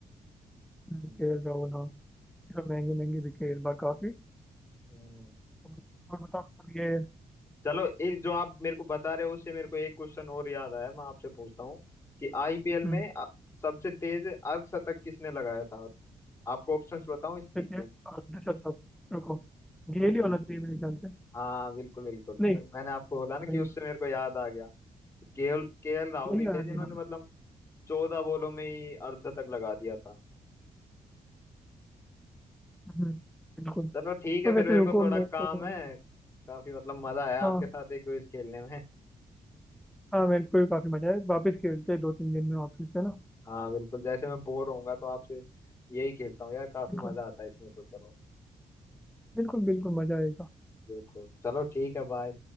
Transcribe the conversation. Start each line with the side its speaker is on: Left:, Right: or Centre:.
Centre: के
Left: हम्म,
Centre: एल राहुल हाँ ये सब महंगे महंगे बिके इस बार काफी
Left: हम्म।
Centre: और, और बताओ मतलब ये
Left: चलो ये जो आप मेरे को बता रहे हो उससे मेरे को एक क्वेश्चन और याद आया मैं आपसे पूछता हूँ कि आईपीएल में
Centre: हम्म,
Left: अ- सबसे तेज अर्धशतक किसने लगाया था आपको ऑप्शंस बताऊं इस चीज
Centre: जैसे,
Left: के
Centre: अ, ऋषभ तक रुको गेल ही होना चाहिए मेरे ख्याल से
Left: हाँ बिल्कुल बिल्कुल
Centre: नहीं
Left: मैंने आपको बोला ना कि
Centre: नहीं
Left: उससे मेरे को याद आ गया केएल केएल राहुल
Centre: गेल
Left: ही
Centre: ही होना
Left: थे जिन्होंने
Centre: चाहिए हाँ
Left: मतलब चौदह बॉलों में ही अड़सठ तक लगा दिया था
Centre: हम्म, बिल्कुल तो
Left: चलो ठीक है फिर
Centre: वैसे
Left: मेरे
Centre: रुको
Left: को थोड़ा
Centre: मेरे
Left: काम
Centre: को
Left: है काफी मतलब मजा आया
Centre: हाँ
Left: आपके साथ एक क्विज खेलने में
Centre: हाँ मेरे को भी काफी मजा आया वापस खेलते हैं दो तीन दिन में वापस है ना
Left: हाँ बिल्कुल जैसे मैं बोर होऊंगा तो आपसे यही खेलता हूँ यार काफी
Centre: बिल्कुल
Left: मजा आता है इसमें तो चलो
Centre: बिल्कुल बिल्कुल मजा आएगा
Left: बिल्कुल चलो ठीक है बाय